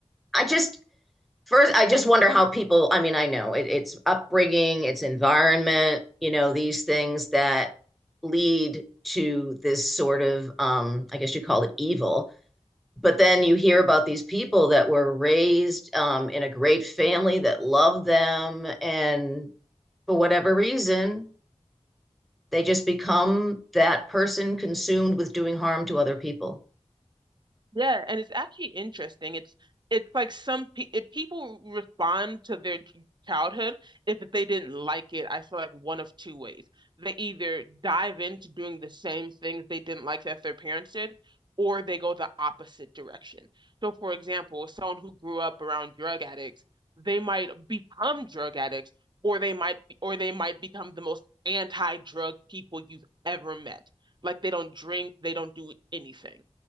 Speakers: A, in the centre; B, on the right.
A: I just, First, I just wonder how people, I mean, I know it, it's upbringing, it's environment, you know, these things that lead to this sort of, um, I guess you call it evil. But then you hear about these people that were raised um, in a great family that loved them, and for whatever reason, they just become that person consumed with doing harm to other people.
B: Yeah, and it's actually interesting. It's it's like some pe if people respond to their ch- childhood, if they didn't like it, I feel like one of two ways. They either dive into doing the same things they didn't like that their parents did, or they go the opposite direction. So, for example, someone who grew up around drug addicts, they might become drug addicts, or they might or they might become the most anti-drug people you've ever met. Like they don't drink, they don't do anything